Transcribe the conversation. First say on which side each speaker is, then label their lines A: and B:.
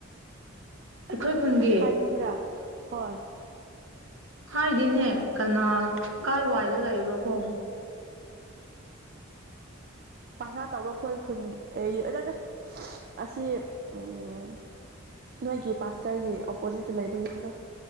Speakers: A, on the right; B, on the right.
A: ꯑꯩꯈꯣꯏ ꯈꯨꯨꯝꯒꯦ
B: ꯐꯗꯤꯕ꯭ꯔꯥ ꯍꯣꯏ
A: ꯍꯥꯏꯗꯤꯅꯦ ꯀꯅꯥ ꯀꯥꯏ ꯋꯥꯏꯗ ꯂꯩꯕ꯭ꯔꯣ ꯀꯣ
B: ꯄꯥꯔꯊꯅꯥ ꯇꯧꯕ ꯈꯣꯏ ꯈꯨꯟꯒꯤ ꯑꯗꯨꯗ ꯑꯁꯤ ꯎꯝ ꯅꯣꯏꯒꯤ ꯄꯥꯁꯇꯔꯒꯤ ꯑꯣꯄꯣꯖꯤꯠꯇ ꯂꯩꯕ ꯌꯨꯝꯗꯣ